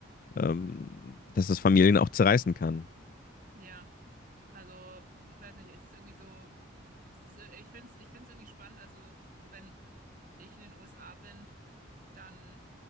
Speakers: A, on the left; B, on the right.
A: ähm, dass das Familien auch zerreißen kann.
B: Ja. Also, ich weiß nicht, es ist irgendwie so, es ist, äh, ich find's, ich find's irgendwie spannend. Also, so wenn ich in den USA bin, dann